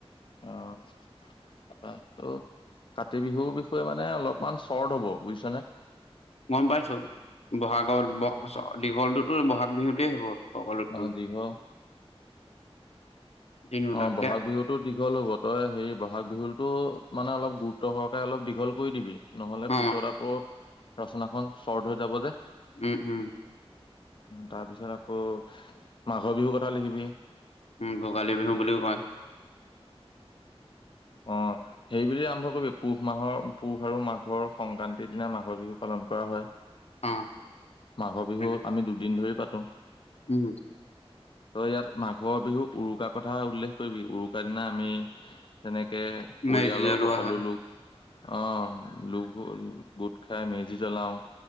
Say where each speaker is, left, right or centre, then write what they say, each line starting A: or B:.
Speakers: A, on the left (about 50°); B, on the left (about 80°).
A: অ ত কাতি বিহুৰ বিষয়ে মানে অলপমান চৰ্ট হব বুজিছা নে
B: গম পাইছো বহাগ দীঘলটোত বহাগ বিহুতে হ'ব সকলোতকৈ
A: অ দি হ
B: দিনো
A: অ
B: তাতকে
A: বহাগ বিহুতো দীঘল হব তই হেৰি বহাগ বিহুতো মানে অলপ গুৰুত্ব সহকাৰে অলপ দীঘল কৰি দিবি নহ'লে
B: অ
A: পিছত আকৌ ৰচনাখনন চৰ্ট হৈ যাব যে
B: উম উম
A: তাৰ পিছত আকৌ মাঘৰ বিহুৰ কথা লিখিবি
B: উম ভোগালী বিহু বুলিও কয়
A: অ সেইব আৰম্ভ কৰিবি পুহ মাহৰ পুহ আৰু মাঘৰ সংক্ৰান্তিৰ দিনা মাঘৰ বিহু পালন কৰা হয়
B: অ
A: মাঘৰ বিহু
B: তাকে
A: আমি দুদিন ধৰি পাতো। তো
B: উম
A: তই ইয়াত মাঘৰ বিহু উৰুকাৰ কথা উল্লেখ কৰিবি উৰুকাৰ দিনা আমি। যেনে যেনেকে পৰিয়ালৰ
B: মেজি জ্বলোৱা
A: সকলো
B: হয়
A: লোক অ লঘো গোট খাই মেজি জ্বলাও